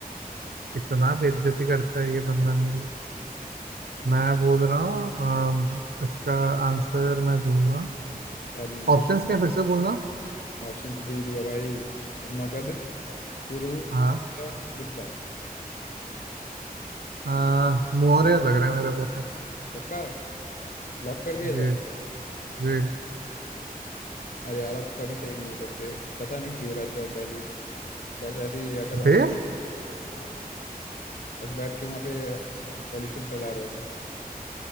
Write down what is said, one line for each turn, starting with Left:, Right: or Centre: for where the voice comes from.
Right: इतना बेइज्जती करता है ये बंदा मेरी
Left: हम्म,
Right: मैं बोल रहा हूँ अम, इसका आंसर मैं दूंगा
Left: याद नहीं गए
Right: ऑप्शंस क्या फिर से बोलना
Left: ऑप्शन तो दे दिया भाई अब मगध पुरु
Right: हाँ
Left: मौर्य गुप्ता
Right: अ, मौर्य लग रहा है मेरे को तो
Left: पक्का लॉक कर दिया जाए
Right: जी जी
Left: अरे यार आप कभी सही नहीं हो सकते पता नहीं क्यों रहते हो आप दिल्ली बस ऐसे ही आकर वहाँ
Right: बे
Left: पे हाँ बस बैठ के वहाँ पे पॉल्यूशन फैला रहे हो